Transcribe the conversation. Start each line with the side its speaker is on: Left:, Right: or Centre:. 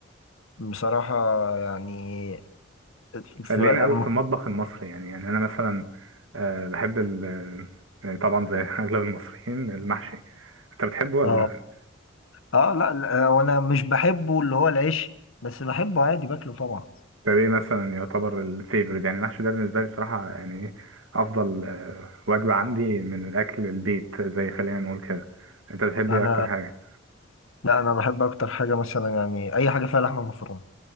Left: بصراحه يعني
Right: خلينا
Left: ف...
Right: قوي
Left: م-
Right: في المطبخ المصري يعني يعني انا مثلا آه بحب ال آه، يعني طبعا زي <laughs> اغلب المصريين المحشي انت بتحبه ولا
Left: اه اه لا لا، وانا مش بحبه اللي هو العيش بس بحبه عادي باكله طبعا
Right: ده ايه مثلا يعتبر الفيفوريت يعني المحشي ده بالنسبة لي بصراحة يعني إيه افضل آه وجبة عندي من الاكل البيت زي خلينا نقول كده انت بتحب
Left: انا
Right: ايه اكتر حاجة
Left: لا انا بحب اكتر حاجه مثلا يعني اي حاجه فيها لحمه مفرومه